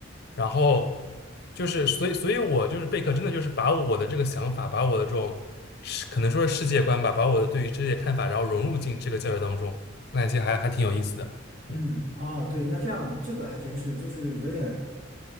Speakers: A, on the left (about 55°); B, on the right (about 80°).
A: 然后就是，所以，所以我就是备课，真的就是把我的这个想法，把我的这种世，可能说是世界观吧，把我的对于这些看法，然后融入进这个教学当中，我感觉还还挺有意思的，
B: 嗯，
A: 嗯，
B: 哦，对，那这样这个还真是，就是有点，